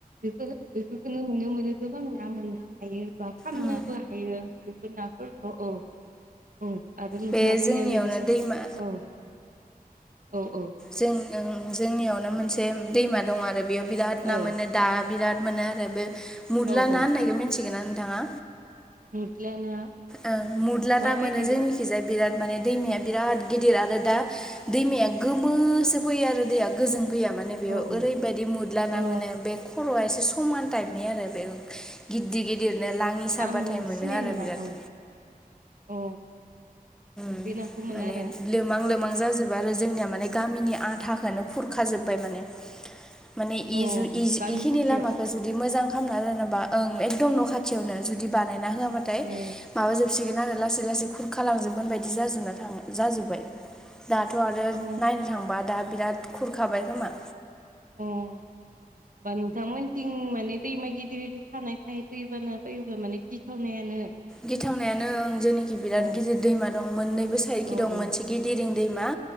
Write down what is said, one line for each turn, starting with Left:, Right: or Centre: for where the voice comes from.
Right: बेफोर बेफोरखौनो नुनो मोनो गोबां ना मोनो हायो बा फाननोबो
Centre: उम
Right: हायो बेफोर नाफोरखौ औ औ आगोल नोंथांङा
Centre: बे
Right: बुंनाय
Centre: जोंनियावनो
Right: बायदिसै
Centre: दैमा
Right: बे औ औ औ
Centre: जों जोंनियावनो मोनसे दैमा दं आरो बेयाव बिराद ना
Right: औ
Centre: मोनो। दा बिराद मोनो आरो बे मुदला
Right: औ औ
Centre: ना होननायखौ मिन्थिगोना नोंथाङा?
Right: <unintelligible>
Centre: ओं मुदला
Right: माबायदिबा
Centre: दा मोनो जोंनिखिजाया बिराद माने दैमाया बिराद गिदिर आरो दा दैमाया गोमोसो फैयो आरो दैया गोजों फैया मोन बेयाव
Right: औ औ
Centre: ओरैबायदि मुरदला ना
Right: अ
Centre: मोनो बे खर'आ एसे समान टाइपनि आरो बे गिददिर गिदिर बिदिनो लाङि साबाथाय
Right: आं
Centre: मोनो
Right: सिनाय
Centre: आरो
Right: मोना
Centre: बिराद
Right: औ अ
Centre: माने <unintelligible>
Right: बे नाखौ मोनो आरो
Centre: लोमां लोमां जाजोबबाय आरो जोंनिया माने गामिनि आधाखोननो खुरखाजोबबाय माने माने
Right: अ
Centre: इजु
Right: गामि
Centre: इखिनि
Right: खाथियाव
Centre: लामाखौ जुदि मोजां फांना रानोबा ओं एकदम न' खाथियावनो जुदि बानायना होआबाथाय
Right: ए
Centre: माबााजोबसिगोन आरो लासै लासै खुरखा लांजोबगोन बायदि जाजोबना थांङो जाजोब्बाय दाथ' आरो
Right: अ
Centre: नायनो थांबा दा बिराद खुरखाबाय खोमा
Right: उम बा नोंथामोन थिं माने दैमा गिदिर गिदिर थानायख दै बाना बायोब्ला माने गिथावनायानो
Centre: गिथावनायानो जोंनिखि बिराद
Right: औ
Centre: गिदिर दैमा दं मोननैबो साइडखि
Right: औ
Centre: दं
Right: औ
Centre: मोनसे गिदिरिं दैमा